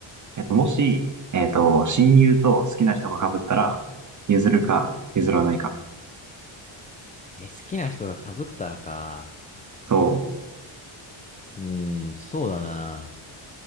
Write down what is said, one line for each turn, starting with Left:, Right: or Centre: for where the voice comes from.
Right: えっと、もし、えっと、親友と好きな人が被ったら、譲るか、譲らないか。
Left: え、好きな人が被ったらか。
Right: そう。
Left: うーん、そうだな。